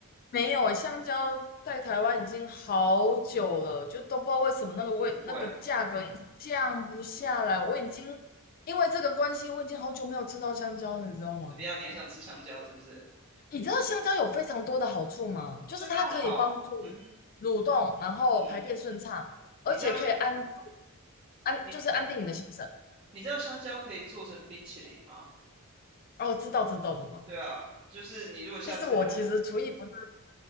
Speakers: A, on the left (about 40°); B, on the right (about 25°).
A: 没有诶，香蕉在台湾已经好久了，就都不知道为什么那个味那个价格一直降不下来。
B: 很贵。
A: 我已经因为这个关系，我已经好久没有吃到香蕉了，你知道吗？
B: 怎么样？你很想吃香蕉是不是？
A: 你知道香蕉有非常多的好处吗？就是它可以帮助蠕动，
B: 香蕉很好，嗯哼，
A: 然后排便顺畅，
B: 嗯，
A: 而且可以安
B: 你知道香
A: 安就是安定你的心神。
B: 你你知道香蕉可以做成冰淇淋吗？
A: 哦，知道知道知道，
B: 对啊，就是你如果下次看，
A: 但是我其实厨艺不是